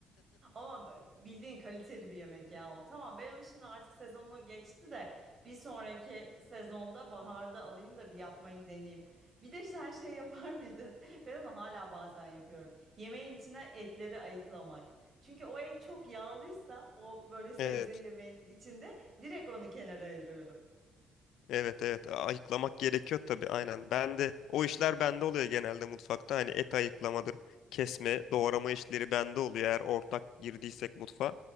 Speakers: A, on the right (about 45°); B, on the left (about 80°).
A: Ama b- bildiğin kaliteli bir yemek ya o. Tamam ben onu şimdi artık sezonu geçti de bir sonraki sezonda baharda alayım da bir yapmayı deneyeyim. Bir de sen şey yapar mıydın? <laughs> Ben onu hala bazen yapıyorum. Yemeğin içine etleri ayıklamak. Çünkü o et çok yağlıysa o böyle sebze
B: Evet.
A: yemeğinin içinde direkt onu kenara ayırıyorum.
B: Evet evet ayıklamak gerekiyor tabii aynen. Ben de o işler bende oluyor genelde mutfakta. Hani et ayıklamadır, kesme, doğrama işleri bende oluyor eğer ortak girdiysek mutfağa.